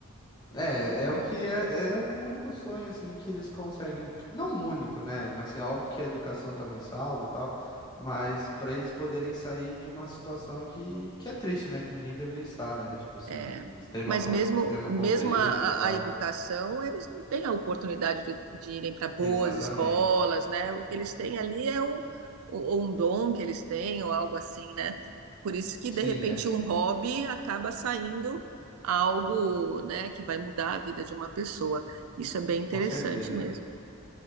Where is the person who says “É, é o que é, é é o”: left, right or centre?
Left